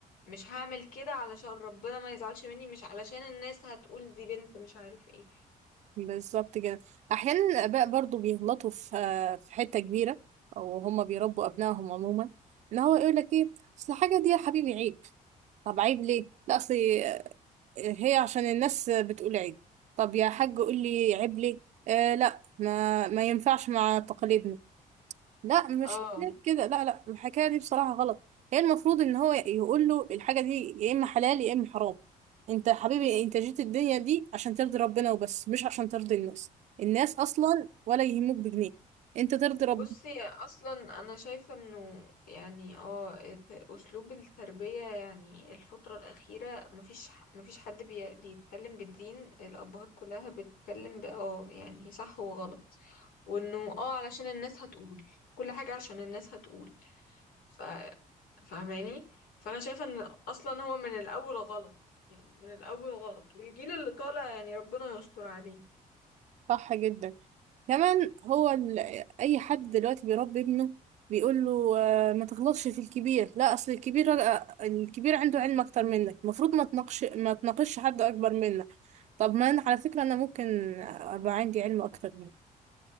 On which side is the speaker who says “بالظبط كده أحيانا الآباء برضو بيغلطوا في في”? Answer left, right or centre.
Right